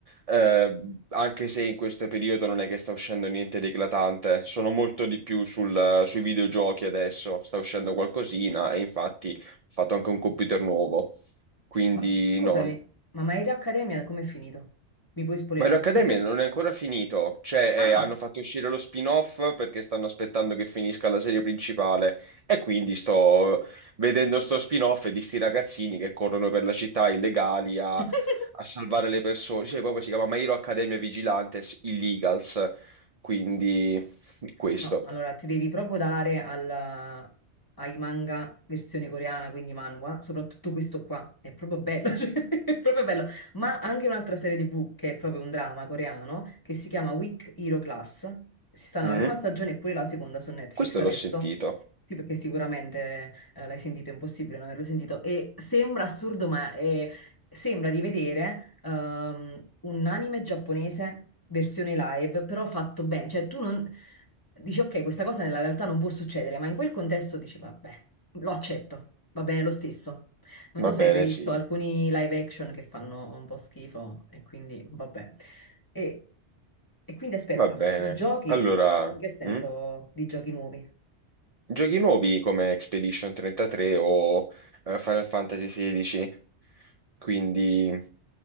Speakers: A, on the right; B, on the left.
A: Eh, anche se in questo periodo non è che sta uscendo niente di eclatante, sono molto di più sul- sui videogiochi adesso, sta uscendo qualcosina e infatti ho fatto anche un computer nuovo, quindi
B: ma scusami,
A: no.
B: ma My Hero Academia com'è finito? Mi puoi spoilerare?
A: Ma l'Accademia
B: <laughs>
A: non è ancora finito, cioè
B: Ah!
A: eh, hanno fatto uscire lo spin-off perché stanno aspettando che finisca la serie principale e quindi sto vedendo sto spin-off di sti ragazzini che corrono per la città illegali a,
B: <laughs>
A: a salvare le persone, cioè proprio si chiama My Hero Academia Vigilantes Illegals, quindi questo.
B: No, allora ti devi proprio dare al- ai manga versione coreana, quindi manhwa, soprattutto questo qua, è proprio bello, <laughs> cioè, è proprio bello. Ma anche un'altra serie TV che è proprio un drama coreano, che si chiama Weak Hero Class. Si sta
A: Mm?
B: nella prima stagione e pure la seconda su Netflix
A: Questo
B: adesso.
A: l'ho sentito,
B: Sì, perché sicuramente eh, l'hai sentito, è impossibile non averlo sentito. E sembra assurdo, ma è- sembra di vedere ehm, un anime giapponese versione live, però fatto bene. Cioè, tu non dici, ok, questa cosa nella realtà non può succedere, ma in quel contesto dici, vabbè, lo accetto, va bene lo stesso. Non
A: va
B: so se
A: bene
B: hai mai visto
A: sì,
B: alcuni live action che fanno un po' schifo, e quindi vabbè. E, e quindi aspetta,
A: va bene.
B: di giochi,
A: Allora...
B: in che senso
A: mm?
B: di giochi nuovi?
A: Giochi nuovi come Expedition 33 o eh, Final Fantasy XVI, quindi